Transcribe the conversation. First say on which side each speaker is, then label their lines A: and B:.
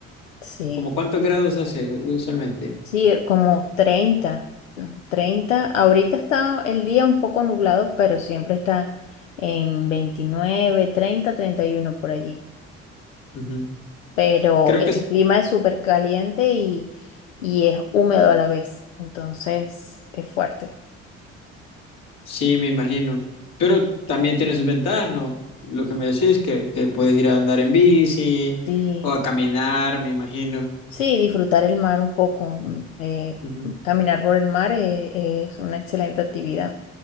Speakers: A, on the left; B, on the left.
A: Sí,
B: ¿Como cuántos grados hace usualmente?
A: sí, eh, como treinta ¿no? 30. Ahorita está el día un poco nublado, pero siempre está en veintinueve treinta treinta y uno por allí.
B: Ujú.
A: Pero
B: Creo
A: el
B: que
A: clima es súper caliente y, y es húmedo a la vez, entonces es fuerte.
B: Sí, me imagino. Pero también tiene sus ventajas, ¿no? Lo que me decís, que, que puedes ir a andar en bici
A: Sí.
B: o a caminar, me imagino.
A: Sí, disfrutar el mar un poco. mm, eh,
B: Ujú,
A: caminar por el mar eh, es una excelente actividad.